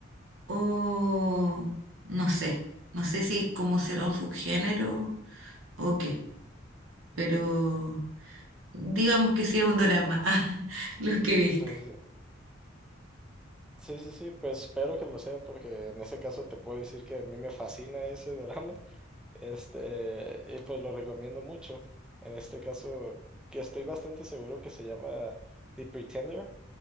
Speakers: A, on the right (about 85°); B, in the centre.
A: o no sé. No sé si cómo será un subgénero o qué. Pero digamos que sí es un drama, <laughs> ah, lo que viste.
B: Sí, sí, sí, sí, sí, sí, pues espero que lo sea porque en ese caso te puedo decir que a mí me fascina ese drama. Este, y pues lo recomiendo mucho. En este caso, que estoy bastante seguro que se llama The Pretender.